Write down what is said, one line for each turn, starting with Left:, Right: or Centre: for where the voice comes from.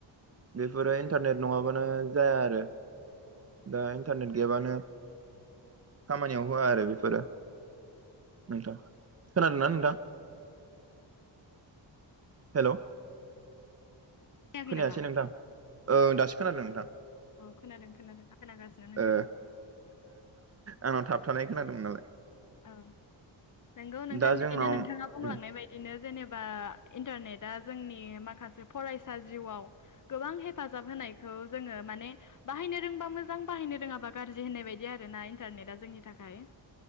Right: बेफोरो इन्टारनेट नङाबानो जाया आरो दा इन्टारनेट गेबानो खामानियाव होआ आरो बेफो फोरो नोंथां खोनादोंना नोंथां हेल'
Left: <inaudible>
Right: खोनायासै
Left: नामा
Right: नोंथां ओं दासो खोनादों नोंथां
Left: औ खोनादों खोनादों आं खोनागासिनो नोंथांनि
Right: औ आंनाव थाबथ खोनादोंमोन नालाय
Left: औ नंगौ नोंथां
Right: दा
Left: बिदिनो
Right: जोंनाव
Left: नोंथाङा बुंलांनाय
Right: उम
Left: बायदिनो जेनेबा इन्टारनेटआ जोंनि माखासे फरायसा जिउआव गोबां हेफाजाब होनायखौ जोङो माने बाहायनो रोंबा मोजां बाहायनो रोङाबा गाज्रि होननाय बायदि आरोना इन्टारनेटआ जोंनि थाखाय